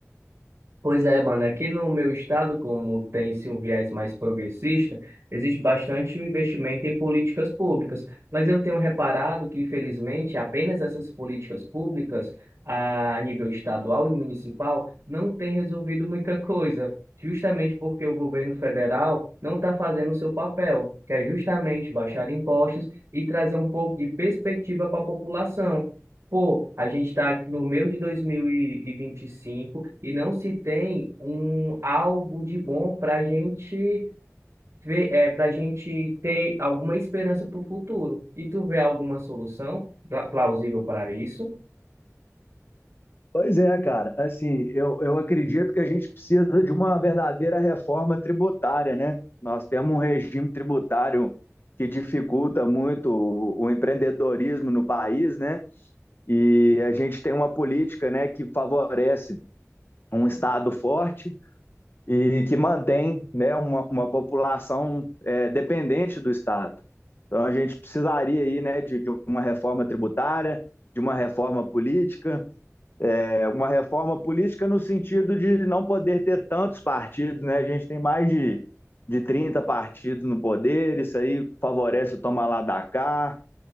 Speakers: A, on the right (about 50°); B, on the left (about 45°).
A: Pois é, mano, aqui no meu estado, como tem-se um viés mais progressista, existe bastante investimento em políticas públicas, mas eu tenho reparado que, infelizmente, apenas essas políticas públicas, a nível estadual e municipal, não têm resolvido muita coisa, justamente porque o governo federal não está fazendo o seu papel, que é justamente baixar impostos e trazer um pouco de perspectiva para a população. Pô, a gente está no meio de 2025 e vinte e cinco e não se tem um algo de bom para a gente ver, é, para gente ter alguma esperança para o futuro. E tu vê alguma solução pla- plausível para isso?
B: Pois é, cara. Assim, eu, eu acredito que a gente precisa de uma verdadeira reforma tributária, né? Nós temos um regime tributário que dificulta muito o, o empreendedorismo no país, né? E a gente tem uma política, né, que favorece um Estado forte e que mantém né, uma, uma população é, dependente do Estado. Então, a gente precisaria aí, né, de, de uma reforma tributária, de uma reforma política, é, uma reforma política no sentido de não poder ter tantos partidos. Né? A gente tem mais de, de 30 partidos no poder, isso aí favorece o toma lá da cá.